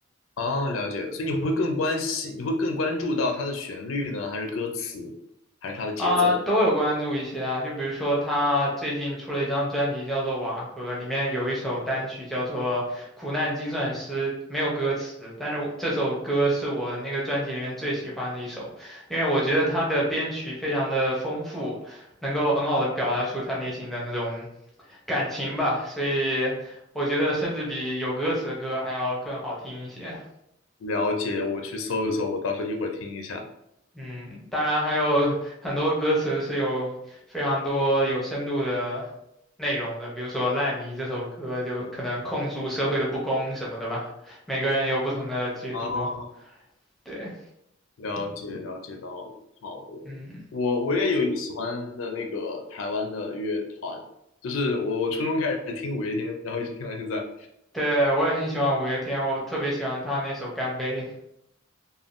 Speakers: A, on the left; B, in the centre.
A: 哦，了解，所以你会更关心，你会更关注到它的旋律呢，还是歌词，还是它的节奏？
B: 啊，都有关注一些啊。就比如说他最近出了一张专辑叫做《瓦合》，里面有一首单曲叫做《苦难精算师》，没有歌词，但是我这首歌是我那个专辑里面最喜欢的一首，因为我觉得他的编曲非常的丰富。能够很好的表达出他内心的那种感情吧，所以我觉得甚至比有歌词的歌还要更好听一些。
A: 了解，我去搜一搜，我到时候一会儿听一下。
B: 嗯，当然还有很多歌词是有非常多有深度的内容的，比如说《烂泥》这首歌就可能控诉社会的不公什么的吧，每个人有不同的解读。
A: 啊。
B: 对，
A: 了解了解到了，好的，
B: 嗯，
A: 我我也有一个喜欢的那个台湾的乐团，就是我我初中开始听五月天，然后一直听到现在。
B: 对，我也很喜欢五月天，我特别喜欢他那首《干杯》。